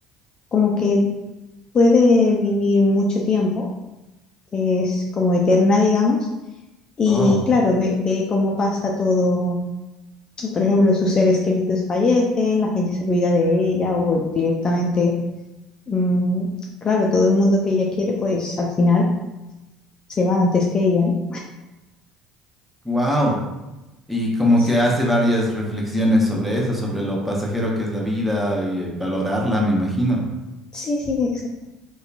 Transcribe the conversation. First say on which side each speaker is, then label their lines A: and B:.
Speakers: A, on the left; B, in the centre.
A: como que puede vivir mucho tiempo es como eterna, digamos, y
B: Oh,
A: claro, ve, ve cómo pasa todo, por ejemplo, sus seres queridos fallecen, la gente se olvida de ella o directamente, mm, claro, todo el mundo que ella quiere, pues al final se va antes que ella, ¿no?
B: wow. Y como
A: Sí,
B: que hace varias reflexiones sobre eso, sobre lo pasajero que es la vida y eh, valorarla, me imagino.
A: sí, sí, exacto.